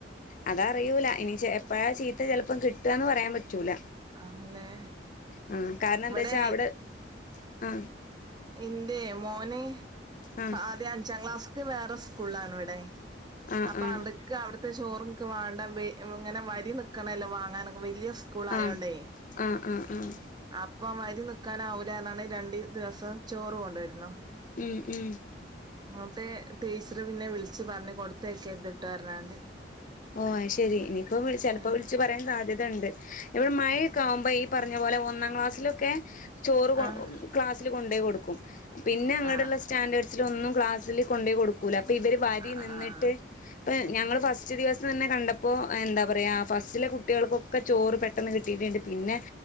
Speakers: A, on the left (about 45°); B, on the right (about 25°).
A: അത് അറിയൂല ഇനി എപ്പഴാ ചീത്ത ചിലപ്പം കിട്ടുകന്ന് പറയാൻ പറ്റൂല.
B: ആണല്ലേ
A: ആ കാരണം
B: ഇവിടെ
A: എന്താ വച്ചാ അവിടെ ആ.
B: എന്റെ മോന്
A: ആഹ്
B: ആദ്യം അഞ്ചാം ക്ലാസ്ക്ക് വേറെ സ്കൂളാണ് ഇവിടെ.
A: ആഹ്
B: അപ്പൊ
A: ആഹ്
B: അവിടക്ക് അവിടുത്തെ ചോറ് ക്ക് വേണ്ട ഇങ്ങനെ വരി നിക്കണല്ലോ വാങ്ങാനൊക്കെ വലിയ സ്കൂൾആയോണ്ടേ
A: ആഹ് ആഹ് ആഹ് ആഹ്
B: അപ്പ വരി നിക്കാനാവൂല്ല രണ്ട് ദിവസ. ചോറ് കൊണ്ട് വരുന്നോ?
A: ഉം ഉം
B: അന്നിട്ട് ടീച്ചറ് പിന്നെ വിളിച്ച് പറഞ്ഞ് കൊടുത്തയക്കര്ത് ട്ട് പറഞ്ഞാണ്ട്
A: ഓ അത് ശരി ഇനിയിപ്പോ വിളി ചെലപ്പോ
B: ആഹ്
A: വിളിച്ച് പറയാൻ സാധ്യതയുണ്ട് ഇവിടെ മഴയൊക്കെ ആവുമ്പോ പറഞ്ഞ പോലെ ഒന്നാം ക്ലാസ്സിലൊക്കെ ചോറ് കൊ
B: ആഹ്
A: ക്ലാസ്സിൽ കൊണ്ടയി കൊടുക്കും പിന്നെ അങ്ങടെ
B: ആഹ്
A: ഉള്ള സ്റ്റാൻഡേർഡ്സിൽ ഒന്നും ക്ലാസ്സിൽ കൊണ്ടയി കൊടുക്കൂല അപ്പൊ ഇവര് വരി
B: ആഹ്
A: നിന്നിട്ട്
B: ആഹ്
A: ഇപ്പെ ഞങ്ങൾ ഫസ്റ്റ് ദിവസം തന്നെ കണ്ടപ്പോ എന്താ പറയുക ഫസ്റ്റിലെ കുട്ടികൾക്കൊക്കെ ചോറ് പെട്ട ട്ടന്ന് കിട്ടിട്ടുണ്ട് പിന്നെ